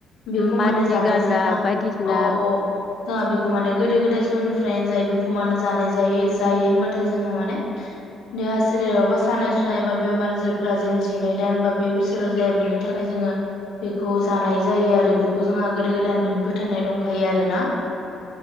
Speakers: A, on the left; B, on the left.
A: बेखौ
B: माथि
A: माने जानाया
B: गालदाब
A: जोंहा
B: बायदिसिना
A: औ औ जोंहा बे खौ माने गोदो गोदाय समनिफ्रायनो जायो बेखौ मानो जानाय जायो जायो होनबाथाय जोंहा माने देहा सोलेराव बा सानाय सुनाय बा बेमार आजारफोरा जिनै दान बा बे बोसोराव जाया बेनि थाखाय जों बेखौ जानाय जायो आरो बेखौ जोंहा गोदो गोदायनिफ्रायनो फो फोथायनाय दंखायो आरोना।